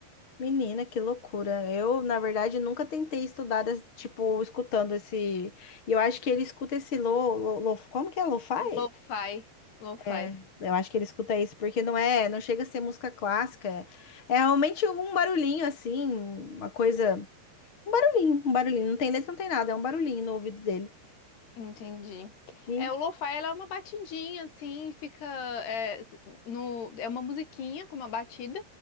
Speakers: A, on the left (about 30°); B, on the left (about 70°).
A: Menina, que loucura. Eu, na verdade, nunca tentei estudar, des- tipo, escutando esse. E eu acho que ele escuta esse lo, lo, lo- como que é? Lo-fi?
B: Lo-fi, lo-fi.
A: É, eu acho que ele escuta isso, porque não é, não chega a ser música clássica. É realmente um barulhinho assim, uma coisa. Um barulhinho, um barulhinho. Não tem letra, não tem nada, é um barulhinho no ouvido dele.
B: Entendi.
A: E
B: É, o lo-fi ela é uma batidinha assim, fica é, s- no é uma musiquinha com uma batida